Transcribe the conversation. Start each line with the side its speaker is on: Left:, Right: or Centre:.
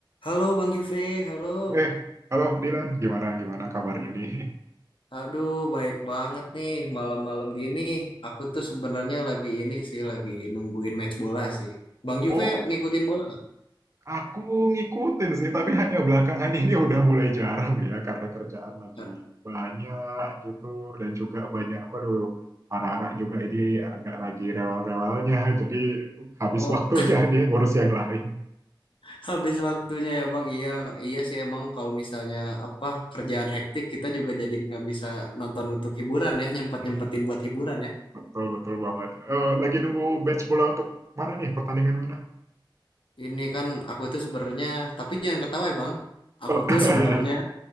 Left: Halo Bang Juve, halo.
Right: Eh, halo Dilan, gimana gimana kabarnya nih? <laughs>
Left: Aduh, baik banget nih malam-malam gini. Aku tuh sebenarnya lagi ini sih, lagi nungguin match bola sih. Bang Juve
Right: Oh,
Left: ngikutin bola nggak?
Right: aku ngikutin sih, tapi hanya belakangan ini udah mulai jarang ya karena kerjaan lagi
Left: Nggak.
Right: banyak gitu dan juga banyak, waduh, anak-anak juga ini agak lagi rewel-rewelnya, <laughs> jadi habis
Left: Oh,
Right: waktunya <laughs> dia ngurus yang lain.
Left: <laughs> habis waktunya ya Bang. Iya, iya sih emang kalau misalnya apa kerjaan hektik kita juga jadi nggak bisa nonton untuk hiburan ya, nyempet-nyempetin
Right: Hmm,
Left: buat hiburan ya.
Right: betul betul banget. Eh, lagi nunggu batch bola untuk mana nih pertandingan mana?
Left: Ini kan aku tuh sebenarnya, tapi jangan ketawa ya Bang. Aku
Right: Oh,
Left: tuh sebenarnya,